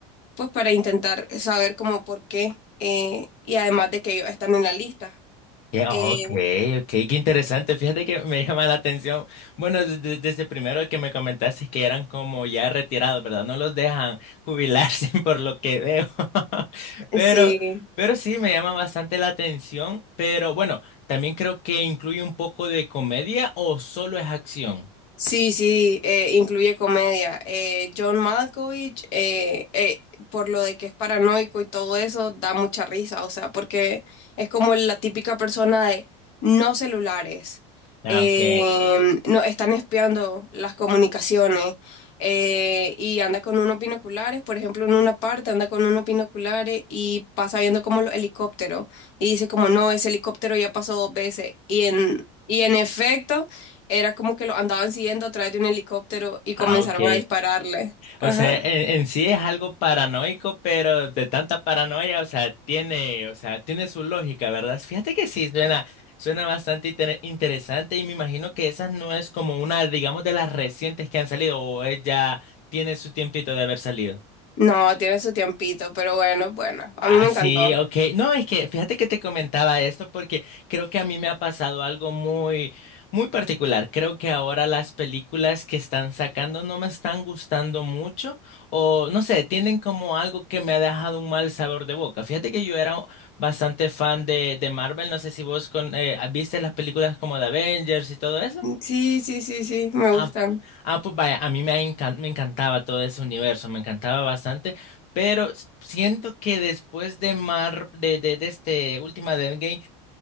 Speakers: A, on the left; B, on the left.
A: pues para intentar saber como por qué eh, y además de que ellos están en la lista.
B: Ya,
A: Eh,
B: Ok, ok, qué interesante. Fíjate que me <laughs> llama la atención. Bueno, de- de- desde primero que me comentaste que eran como ya retirados, ¿verdad? No los dejan jubilarse <laughs> por lo que veo. <laughs> Pero,
A: sí,
B: pero sí, me llama bastante la atención. Pero bueno, también creo que incluye un poco de comedia o solo es acción.
A: Sí, sí, eh, incluye comedia. Eh, John Malkovich, eh, eh, por lo de que es paranoico y todo eso, da mucha risa, o sea, porque es como la típica persona de no celulares,
B: Ah,
A: em,
B: ok,
A: no están espiando las comunicaciones eh, y anda con unos binoculares, por ejemplo, en una parte anda con unos binoculares y pasa viendo como los helicópteros y dice como no, ese helicóptero ya pasó dos veces y en, y en efecto... Era como que lo andaban siguiendo a través de un helicóptero y
B: ah,
A: comenzaron
B: ok.
A: a dispararle.
B: O
A: Ajá.
B: sea, en, en sí es algo paranoico, pero de tanta paranoia, o sea, tiene, o sea, tiene su lógica, ¿verdad? Fíjate que sí, suena, suena bastante inter- interesante y me imagino que esa no es como una, digamos, de las recientes que han salido o ella tiene su tiempito de haber salido.
A: No, tiene su tiempito, pero bueno, bueno. A
B: Ah,
A: mí me
B: sí,
A: encantó.
B: ok. No, es que fíjate que te comentaba esto porque creo que a mí me ha pasado algo muy, muy particular. Creo que ahora las películas que están sacando no me están gustando mucho o no sé, tienen como algo que me ha dejado un mal sabor de boca. Fíjate que yo era bastante fan de, de Marvel. No sé si vos con, eh, viste las películas como de Avengers y todo eso.
A: Mm, Sí, sí, sí, sí, me
B: Ah,
A: gustan.
B: ah, pues vaya, a mí me, encan- me encantaba todo ese universo, me encantaba bastante, pero s- siento que después de Mar, de, de, de este última de Endgame,